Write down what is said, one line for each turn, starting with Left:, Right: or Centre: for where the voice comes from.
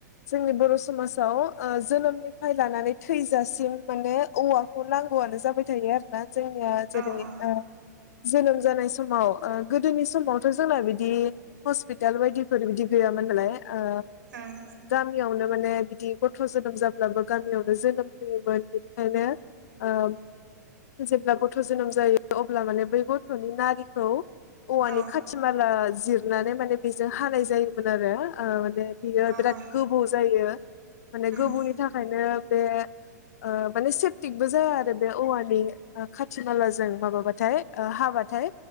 Left: जोंनि बर समाजाव ओ जोनोमनिफ्राय लानानै थैजासिम माने औवाखौ नांगौआनो जाबाय थायो आरोना जोंनिया जेरै
Right: औ औ
Left: ओ जोनोम जानाय समाव ओ गोदोनि समावथ जोंना बिदि हस्पिटाल बायदिफोर बिदि गैयामोन नालाय ओ
Right: ओं
Left: गामियावनो माने बिदि गथ जोनोम जाब्लाबो गामियावनो जोनोम होयोमोन बिनिखायनो ओ जेब्ला गथ जोनोम जायो अ ब्ला माने बै गथनि नारिखौ औवानि
Right: औ
Left: खाथि माला जिर नानै माने बेजों हानाय जायोमोन आरो ओ माने बियो
Right: औ
Left: बिराद
Right: औ
Left: गोबौ जायो माने
Right: उम
Left: गोबौनि थाखायनो बे ओ मान सेफटिकबो जाया आरो बे औवानि ओ खाथि मालाजों माबाबा बाथाइ ओ हाबाथाय